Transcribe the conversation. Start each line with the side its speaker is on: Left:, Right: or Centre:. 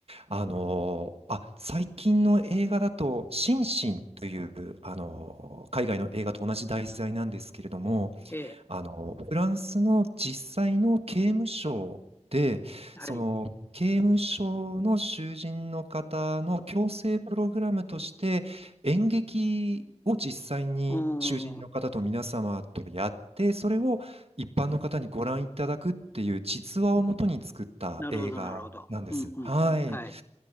Right: あのーあ、最近の映画だと、シンシンという、あのー海外の映画と同じ題材なんですけれども、
Left: A。
Right: あのーフランスの実際の刑務所で、
Left: はい。
Right: その、刑務所の囚人の方の矯正プログラムとして、演劇を実際に囚人の方と皆様とやって、
Left: うーん。
Right: それを一般の方にご覧いただくっていう実話をもとに作った映画なんです。
Left: なるほど、なるほど。うんうん。
Right: はい。
Left: はい。